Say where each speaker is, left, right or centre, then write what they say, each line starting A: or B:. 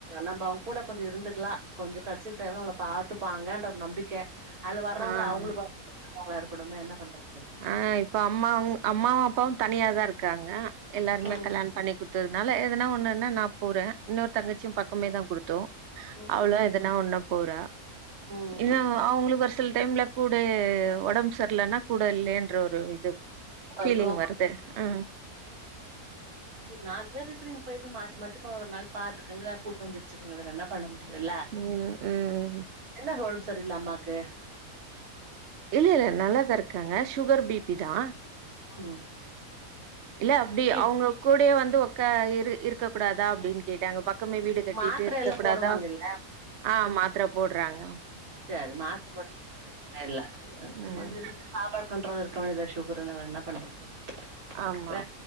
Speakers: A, on the right; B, on the right.
A: நம்ம அவுங்க கூட கொஞ்சோ இருந்துக்கலா கொஞ்சோ கடச்சி டைம்ல நம்மள பாத்துப்பாங்கன்ற ஒரு நம்பிக்க அதுல வர்றவுங்க
B: ஆ
A: அவுங்களுக்கு <unintelligible> இருக்கனுமே என்ன பண்றது
B: ஆ இப்போ அம்மாவு அப்பாவு தனியாதா இருக்காங்க எல்லாருமே
A: ம்
B: கல்யாண பண்ணி குடுத்ததுனால எதுனா ஒன்னுன்னா நா போறே இன்னொரு தங்கச்சியு பக்கமே தா குடுத்தோ
A: ம்
B: அவளு
A: ம்
B: எதனா ஒன்னுனா போறா
A: ம்
B: இன்னு அவு அவுங்களுக்கு ஒரு சில டைம்ல கூடயே ஒடம் செர்ல்லனா கூட இல்லயேன்ற ஒரு இது பீலிங்
A: இருக்கு
B: வருது ஆ
A: நால் பேரு இருக்குறீங் போய் போய் மாத்து மாத்தி ஒரு நாள் பாத்துக்கங்க கூட்வந்து வெச்சீக்கங்கள வேற என்ன பண்ண முடியுல்ல
B: ம் ம்
A: என்னது ஒடம்பு செரியில்ல அம்மாக்கு
B: இல்ல இல்ல நல்லாதா இருக்காங்க சுகர் பி பி தா
A: ம்
B: இல்ல அப்டி
A: பி
B: அவுங்க கூடவே வந்து ஓக்கா இரு இருக்க கூடாதா அப்டின்னு கேட்டாங்க பக்கமே வீடு கட்டிட்டு
A: மாத்திர
B: இருக்க
A: எல்லா
B: கூடாதா
A: போடுவாங்கல்ல
B: ஆ மாத்திர போட்றாங்க
A: சேரி மாத்திர போட்டிங்கன பிரச்சன இல்ல <unintelligible>
B: ம்
A: சாப்பாடு கண்ரோல் இருக்க வேண்டியதா சுகருனா வேற என்ன பண்றது
B: ஆமா
A: வேற